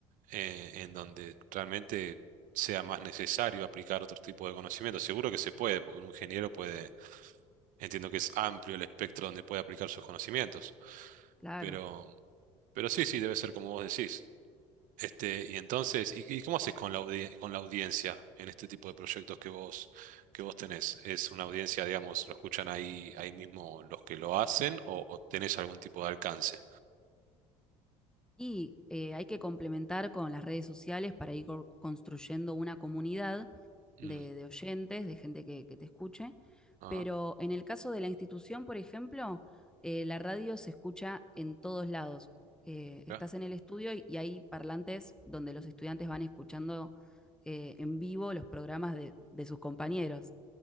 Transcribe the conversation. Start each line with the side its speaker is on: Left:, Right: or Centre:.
Right: eh, en donde realmente sea más necesario aplicar otro tipo de conocimiento. Seguro que se puede, porque un ingeniero puede, entiendo que es amplio el espectro donde puede aplicar sus conocimientos,
Centre: Claro.
Right: pero, pero sí, sí, debe ser como vos decís. Este, y entonces, ¿y, y cómo haces con la audi- con la audiencia en este tipo de proyectos que vos, que vos tenés? ¿Es una audiencia, digamos, lo escuchan ahí, ahí mismo los que lo hacen o, o tenés algún tipo de alcance?
Centre: Y eh, hay que complementar con las redes sociales para ir co- construyendo una comunidad
Right: Mm,
Centre: de, de oyentes, de gente que, que te escuche.
Right: ajá,
Centre: Pero en el caso de la institución, por ejemplo, eh, la radio se escucha en todos lados. Eh, estás
Right: mirá.
Centre: en el estudio y, y hay parlantes donde los estudiantes van escuchando eh, en vivo los programas de, de sus compañeros.